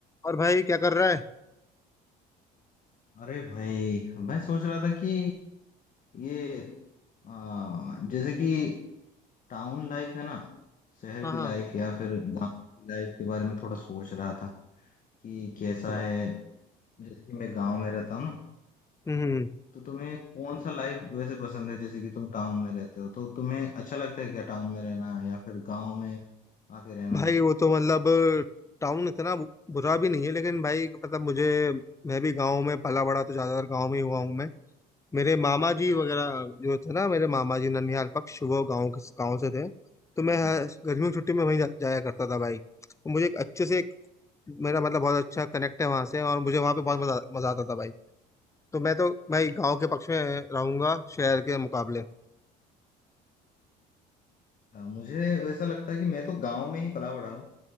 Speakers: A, on the left; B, on the left.
A: और भाई क्या कर रहा है
B: अरे भाई मैं सोच रहा था कि ये आ, जैसे कि टाउन लाइफ है ना शहर
A: हाँ
B: की
A: हाँ
B: लाइफ या फिर गांव की लाइफ के बारे में थोड़ा सोच रहा था कि कैसा
A: तो भाई
B: है जैसे कि मैं गांव में रहता हूँ ना
A: हम्म
B: तो तुम्हें कौन सा लाइफ वैसे पसंद है जैसे कि तुम टाउन में रहते हो तो तुम्हें अच्छा लगता है क्या टाउन में रहना या फिर गांव में आके रहना
A: भाई
B: अच्छा,
A: वो तो मतलब टाउन इतना बु- बुरा भी नहीं है लेकिन भाई मतलब मुझे मैं भी गांव में पला बड़ा तो ज्यादातर गांव में ही हुआ हूँ मैं मेरे मामा जी वगैरह जो थे ना मेरे मामा जी ननिहाल पक्ष वो गांव के गांव से थे तो मैं
B: हाँ
A: गर्मियों की छुट्टी में वहीं जा, जाया करता था भाई तो मुझे एक अच्छे से एक- मेरा मतलब बहुत अच्छा कनेक्ट है वहां से और मुझे वहां पे बहुत मजा मजा आता था भाई तो मैं तो भाई गाँव के पक्ष में रहूंगा शहर के मुकाबले
B: हाँ। मुझे वैसा लगता है कि मैं तो गांव में ही पला बड़ा हूँ